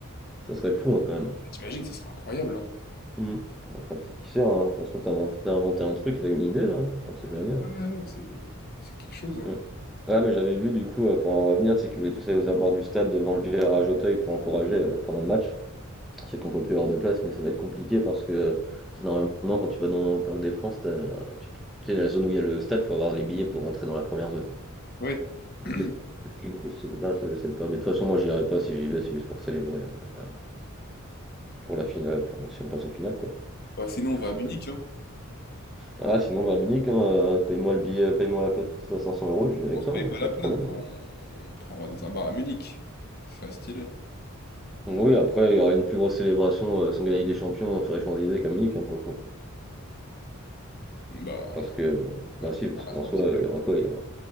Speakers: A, in the centre; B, on the left (about 45°).
A: ça serait fou hein, quand même. hein.
B: T'imagines, ce serait incroyable, hein?
A: Hmm. Après, peut-être qui sait, hein. Ça se trouve, t'as inventé, t'as inventé un truc, t'as eu une idée là, hein. on sait jamais. hein.
B: Ouais, ouais, c'est c'est quelque chose, hein?
A: Hmm. Ah, mais j'avais vu du coup, euh, pour en revenir, tu sais qu'ils voulaient tous aller aux abords du stade devant le virage Auteuil pour encourager euh, pendant le match. C'est qu'on peut plus avoir de place, mais ça va être compliqué parce que euh, c'est normalement quand tu vas dans au Parc des Princes, t'as- tu tu sais, la zone où il y a le stade, faut avoir les billets pour rentrer dans la première zone.
B: Ouais. <clears throat>
A: Qu'est-ce qu'est-ce qui me kiffe souvenir, ça je sais pas. Mais de toute façon, moi j'irai pas si j'y vais, c'est juste pour célébrer, euh, pour la, pour la finale, pour si on passe en finale, quoi,
B: Bah, sinon,
A: tout
B: on va
A: simplement.
B: à Munich, hein.
A: Ah, sinon, va à Munich, hein, euh, paye-moi le billet, paye-moi la place à 500 euros, je vais avec
B: On se
A: toi,
B: paye
A: hein,
B: pas la
A: pas
B: place,
A: de problème.
B: mais
A: hein.
B: bon, on, prend, on va dans un bar à Munich. Ce serait stylé.
A: Oui, après, il y aura une plus grosse célébration euh, sans gagner des champions sur les Champs-Élysées qu'à Munich, hein, pour le coup.
B: Bah,
A: Parce que, euh, bah
B: ouais,
A: si, parce
B: par la
A: qu'en
B: sortie
A: soi, euh,
B: des
A: il y aura quoi? Il y aura,